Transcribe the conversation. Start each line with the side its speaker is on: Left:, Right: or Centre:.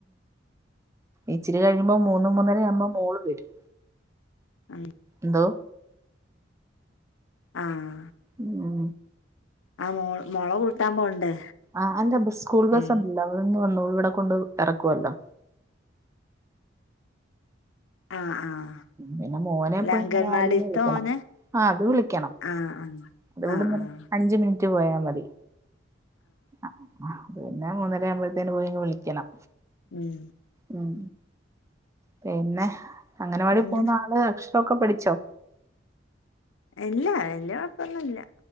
Right: ഇച്ചിരി കഴിയുമ്പോ മൂന്നുമൂന്നര ആകുമ്പോ മോള് വരും
Left: <unintelligible>
Right: എന്തോ
Left: ആഹ്
Right: ഉം
Left: ആഹ് മോള് മോളെ കൂട്ടാ പോണ്ടേ
Right: ആഹ് അല്ല ബസ് സ്കൂൾ ബസ്
Left: ഉം
Right: ഒണ്ടല്ലോ അവളിങ്ങ് വന്നോളും ഇവിടെ കൊണ്ട് എറക്കുവല്ലോ
Left: ആഹ് ആഹ്
Right: പിന്നെ മോനെപ്പോയി
Left: അല്ല അംഗൻവാടിത്തെ
Right: അംഗനവാടീന്ന് വിളിക്കണം
Left: ഓന്
Right: ആഹ് അത് വിളിക്കണം
Left: ആഹ്
Right: അത് ഇവടുന്ന്
Left: ആഹ് ആഹ് ആഹ്
Right: അഞ്ച് മിനി റ്റ് പോയാ മതി ആഹ് അതുപിന്നെ മൂന്നര ആവുമ്പോഴത്തേന് പോയി അങ്ങ് വിളിക്കണം
Left: ഉം
Right: ഉം പിന്നെ അംഗനവാടി
Left: പിന്നെ
Right: പോന്ന ആള് അക്ഷരൊക്കെ പഠിച്ചോ
Left: ഇല്ല വല്യ കൊഴപ്പൊന്നുവില്ല